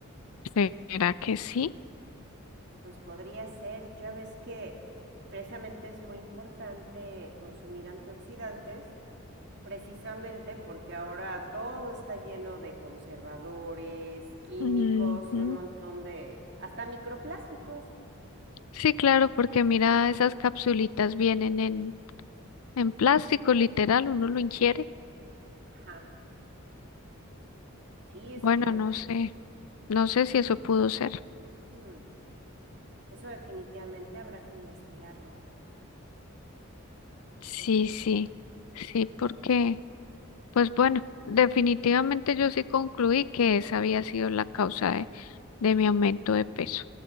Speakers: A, on the left; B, on the right.
A: ¿Será que sí?
B: Pues podría ser, ya ves que precisamente es muy importante consumir antioxidantes Precisamente porque ahora todo está lleno de conservadores, químicos
A: Ujú.
B: y un montón de... hasta microplásticos.
A: Sí, claro, porque mira, esas capsulitas vienen en, en plástico, literal, uno lo ingiere.
B: Ajá. Sí, es
A: Bueno,
B: que...
A: no sé. No sé si eso pudo ser.
B: hmm, eso definitivamente habrá que investigarlo.
A: Sí,
B: Por-
A: sí, sí, porque, pues bueno, definitivamente yo sí concluí que esa había sido la causa de, de mi aumento de peso.